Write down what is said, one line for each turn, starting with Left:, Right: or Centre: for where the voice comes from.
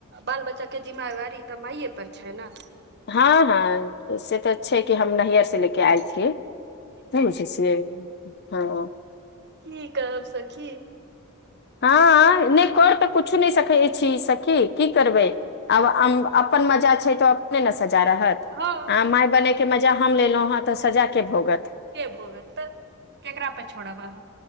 Right: बाल बच्चा केँ जिम्मेवारी तऽ माए पर छै न
Left: हऽ हऽ से तऽ छै कि हम नैहर से ले केँ आएल छियै नै बुझ <unintelligible> हँ
Right: की कहब सखी
Left: हँ नै कर तऽ कुछु नै सकै छी सखी की करबै आब अम अपन मजा छै तऽ अपने न सजा रहत
Right: हँ
Left: आ माय बनै केँ मजा हम लेलौ हऽ तऽ सजा केँ भोगत
Right: केँ भोग तऽ केकरा पे छोड़ब अहाँ